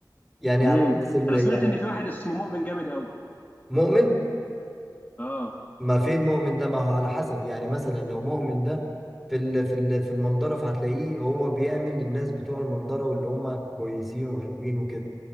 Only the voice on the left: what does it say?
امم
انا
سمعت ان في واحد اسمه مؤمن جامد قوي
اه